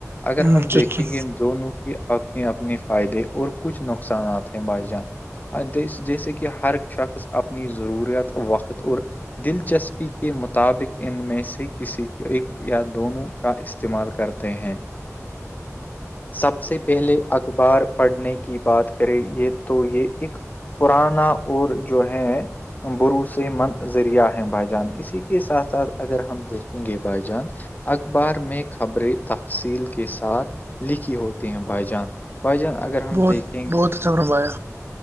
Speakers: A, on the left (about 30°); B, on the right (about 45°).
A: اگر ہم
B: اچھا
A: دیکھیں
B: اچھا
A: گے دونوں کے اپنے اپنے فائدے اور کچھ نوکری نقصانات ہیں بائی جان جیسے کہ ہر شخص اپنی ضروریات وقت اور دلچسپی کے مطابق ان میں سے کسی ایک یا دونوں کا استعمال کرتے ہیں سب سے پہلے اخبار پڑھنے کی بات کرے یہ تو یہ ایک پرانا اور جو ہے بروسے مند ذریعہ ہے بائی جان اسی کے ساتھ ساتھ اگر ہم دیکھیں گے بائی جان اخبار میں خبریں تفصیل کے ساتھ لکھی ہوتی ہیں بھائی جان باجان اگر ہم
B: بہت
A: دیکھے
B: بہت اچھا فرمایا